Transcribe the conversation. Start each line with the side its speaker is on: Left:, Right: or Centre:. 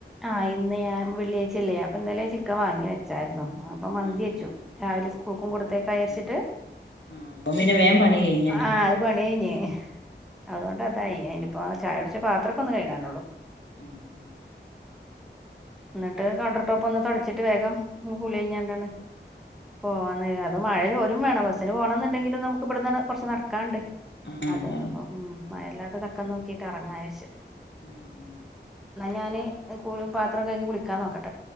Centre: അയിന്ന് ഞാൻ വെള്ളിയാഴ്ചല്ലേ അപ്പോ ഇന്നലെ ചിക്കൻ വാങ്ങി വെച്ചാരുന്നു. ആ അപ്പൊ മന്തിയെച്ചു
Left: ആഹ് ആഹ്
Centre: രാവിലെ സ്കൂ <unintelligible>
Left: ആഹ് ആഹ് അപ്പൊ പിന്നെ
Centre: <unintelligible>
Left: വേഗം പണി കഴിഞ്ഞല്ലോ
Centre: ആഹ് അത് പണി കയിഞ്ഞ് അതുകൊണ്ട് അതായി. ഇപ്പ ചായയുടിച്ച പാത്ര ഇപ്പ ഒന്നു കഴിക്കാനുള്ളൂ.
Left: ഉം ഉം
Centre: എന്നിട്ട് കണ്ടർ ടോപ്പ് ഒന്ന് തൊടച്ചിട്ട് വേഗം ഇപ്പൊ കുളി കഴിഞ്ഞാണ്ടാണ് പോവാന്നു വിചാരി അത് മഴ തോരും വേണം. ബസിന് പോണം എന്നുണ്ടെിലും നമുക്ക് ഇവിടന്ന് കുറച്ച് നടക്കാണ്ട്.
Left: ആഹ്
Centre: അത്
Left: അതാണ്
Centre: അപ്പം ഉം മഴയില്ലാത്ത തക്കം നോക്കിട്ട് എറങ്ങാരിച്ച്
Left: ഉം ഉം
Centre: അത് ഞാനേ <unintelligible> കുളിക്കാൻ നോക്കട്ടെ